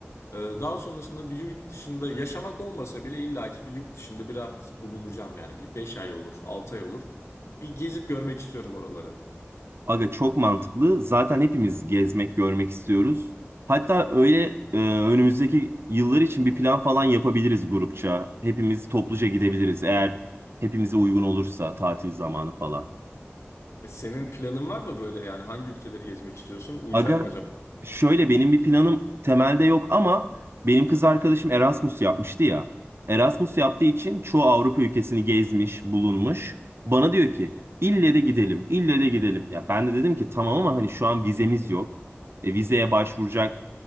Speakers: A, on the left (about 85°); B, on the right (about 60°).
A: Ee, daha sonrasında bir yurt dışında yaşamak olmasa bile illaki bir yurt dışında biraz bulunacağım yani. Bir 5 ay olur, 6 ay olur. Bir gezip görmek istiyorum oraları.
B: Aga çok mantıklı. Zaten hepimiz gezmek, görmek istiyoruz. Hatta öyle e, önümüzdeki yıllar için bir plan falan yapabiliriz grupça. Hepimiz topluca gidebiliriz eğer hepimize uygun olursa tatil zamanı falan.
A: E, Senin planın var mı böyle yani hangi ülkeleri gezmek istiyorsun? Uyacak
B: Aga
A: mı acaba?
B: Şöyle benim bir planım temelde yok ama benim kız arkadaşım Erasmus yapmıştı ya. Erasmus yaptığı için çoğu Avrupa ülkesini gezmiş, bulunmuş. Bana diyor ki ille de gidelim, ille de gidelim. Ya ben de dedim ki tamam ama hani şu an vizemiz yok. E, vizeye başvuracak